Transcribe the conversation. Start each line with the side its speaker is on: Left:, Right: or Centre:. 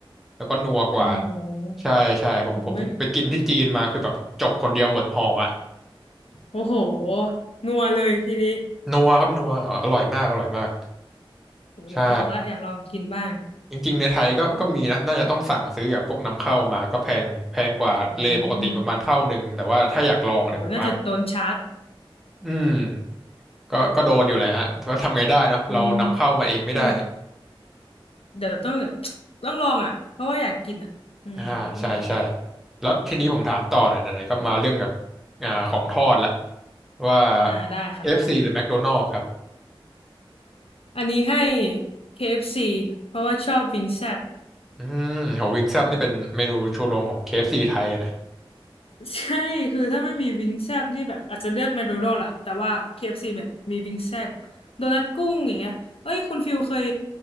Centre: แล้วก็นัวกว่า
Left: โอ้โห
Centre: ใช่ใช่ผมผมไปกินที่จีนมาคือแบบจกคนเดียวหมดห่ออ่ะ
Left: โอ้ยโอ้โหนัวเลยทีนี้
Centre: นัวครับนัวอร่อยมากอร่อยมาก
Left: โหอยากลองละอยากลองกินบ้าง
Centre: ใช่จริงๆในไทยก็ก็มีนะน่าจะต้องสั่งซื้อจากพวกนำเข้ามาก็แพงแพงกว่าเลปกติประมาณเท่าหนึ่งแต่ว่าถ้าอยากลองเนี่ยผมว่า
Left: อืมโหน่าจะโดนชาร์จ
Centre: อืม ก็ก็โดนอยู่แหละฮะแต่ว่าทำไงได้เนาะเรานำเข้ามาเองไม่ได้
Left: อืมอืมเดี๋ยวต้องแบบต้องลองอ่ะเพราะว่าอยากกินอ่ะอืมเดี๋ยวต้องลองดู
Centre: อ่าใช่ใช่แล้วทีนี้ผมถามต่อหน่อยไหนๆก็มาเรื่องแบบอ่าของทอดละว่า
Left: อ่าได้ค่ะได้
Centre: เคเอฟ f c หรือ McDonald's ครับ
Left: อันนี้ให้ KFC เอฟซีเพราะว่าชอบวิงแซบ
Centre: อืมโหวิงแซ่บนี่เป็นเมนูชูโรงของ KFC ไทยอะนะ
Left: <laughs> ใช่คือถ้าไม่มีวิงแซบนี่แบบอาจจะเลือกแมคโดนัลด์ละแต่ว่า KFC แบบมีวิงแซบโดนัทกุ้งอย่างเงี้ยเอ้ยคุณฟิลเคย